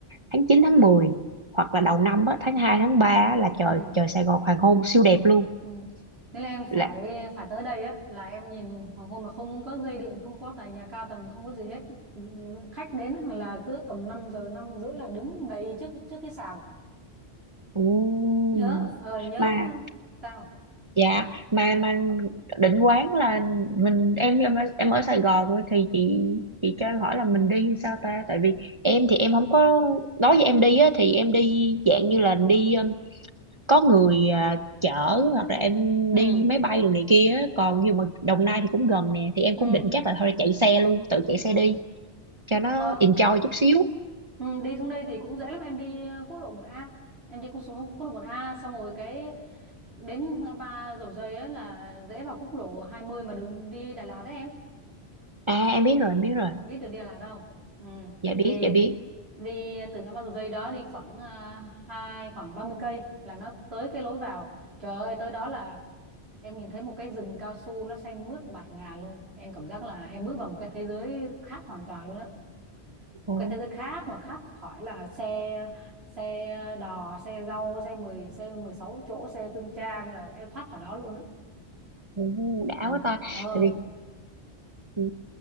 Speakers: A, on the right; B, on the right.
A: tháng 9 tháng mười hoặc là
B: ừ,
A: đầu năm á, tháng 2 tháng 3 á, là
B: ừ.
A: trời trời Sài Gòn hoàng hôn siêu đẹp luôn.
B: Ừ. Thế là em phải
A: Là
B: phải tới đây á là em nhìn hoàng hôn mà không có dây điện, không có tòa nhà cao tầng, không có gì hết. Ừ, Khách đến là cứ tầm 5 giờ 5 rưỡi là đứng đầy trước trước cái sàn.
A: Ồ.
B: Nhớ, ờ nhớ
A: mà
B: sao?
A: dạ mà mà định quán là mình em em ở- em ở Sài Gòn thôi thì chị chị cho em hỏi là mình đi sao ta tại vì em thì em không có nói với em đi á thì em đi dạng như là đi um, có người à, chở hoặc là em
B: Ừ,
A: đi máy bay đồ này kia á. còn như mà Đồng Nai thì cũng gần nè thì em
B: ừ,
A: cũng định chắc là thôi chạy xe luôn tự chạy
B: ừ.
A: xe đi cho nó
B: Ờ,
A: enjoy chút xíu
B: ừ, đi xuống đây thì cũng dễ lắm, em đi ờ, quốc lộ một a Em đi quốc số quốc lộ một a xong rồi cái đến ngã ba Dầu Giây á là dễ vào quốc lộ hai mươi mà đường đi Đà Lạt đấy em.
A: à em biết rồi em biết rồi
B: em biết được Đà Lạt không ừ.
A: dạ
B: thì
A: biết dạ biết
B: đi từ ngã ba Dầu Giây đó đi khoảng à, hai khoảng 30 cây là nó tới cái lối vào trời ơi tới đó là em nhìn thấy một cái rừng cao su nó xanh mướt bạt ngàn luôn em cảm giác là em bước vào một cái thế giới khác hoàn toàn luôn á một
A: ồ
B: cái thế giới khác mà khác khỏi là xe xe đò xe rau xe mười xe 16 chỗ xe phương trang là em thoát khỏi đó luôn á
A: ồ, đã
B: là
A: quá ta
B: ờ
A: tại vì ừ,